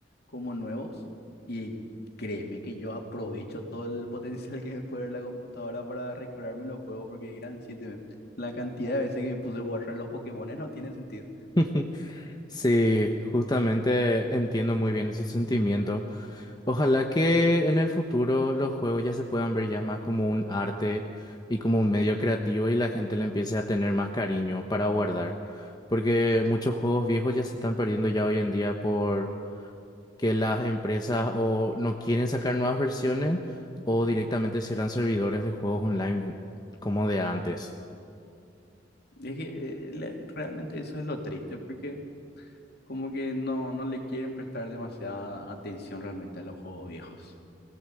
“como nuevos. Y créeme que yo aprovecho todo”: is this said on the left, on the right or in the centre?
Left